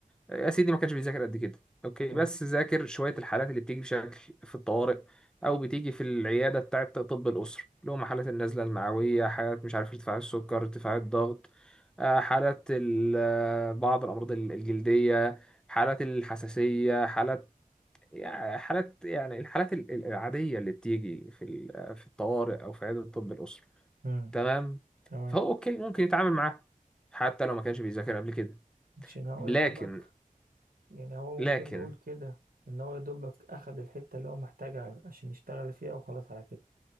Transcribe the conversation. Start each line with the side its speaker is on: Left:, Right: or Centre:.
Centre: يا سيدي ما كانش بيذاكر قد كده اوكي
Right: حلو
Centre: بس ذاكر شوية الحالات اللي بتيجي بشكل في الطوارئ او بتيجي في العيادة بتاعة طب الأسرة اللي هم حالات النزلة المعوية حالات مش عارف ارتفاع السكر ارتفاع الضغط آه، حالات ال- آه، بعض الأمراض الجلدية حالات الحساسية حالات يعني حالات يعني الحالات ال- ال- العادية اللي بتيجي في ال- في الطوارئ أو في عيادة الطب الأسري
Right: امم
Centre: تمام
Right: تمام
Centre: فهو أوكي ممكن يتعامل معاه حتى لو ما كانش بيذاكر قبل كده
Right: عشان هو
Centre: لكن
Right: يا دوبك يعني هو
Centre: لكن
Right: ممكن نقول كده ان هو يا دوبك اخد الحتة اللي هو محتاجها عشان يشتغل فيها وخلاص على كده